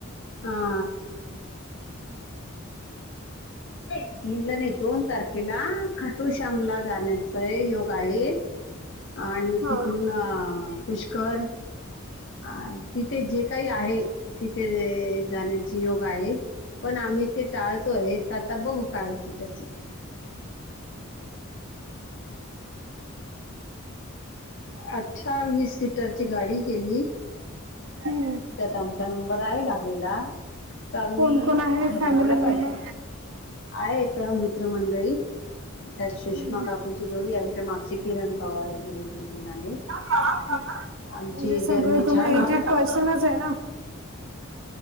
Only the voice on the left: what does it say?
अ तीन ला नाही दोन तारखेला खटुश्यामला जाण्या सय योग आहे आणि
तिथून अ पुष्कर ह तिथे जे काही आहे तिथे जाण्याचे योग आहे. पण आम्ही ते टाळतोय आता बघू काय होते त्यासाठी. अठरावीस सीटरची गाडी केली.
त्यात आमचा नंबर आहे लागलेला तर आम्ही
ठरवायला
पाहिजे. आहेेत मित्र मंडळी त्यात सुष्मा
काकू जोडी मागचे किरण पवार वगैरे ते. पण आहेत.
आमची जर्नी
छान